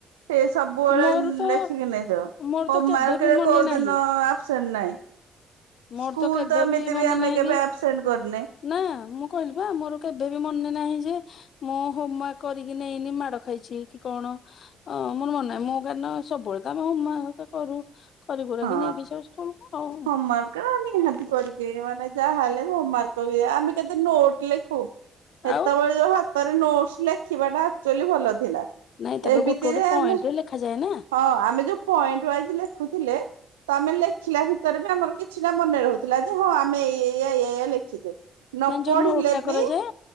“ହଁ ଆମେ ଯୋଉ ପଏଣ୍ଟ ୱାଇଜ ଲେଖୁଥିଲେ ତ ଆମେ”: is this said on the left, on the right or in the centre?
Right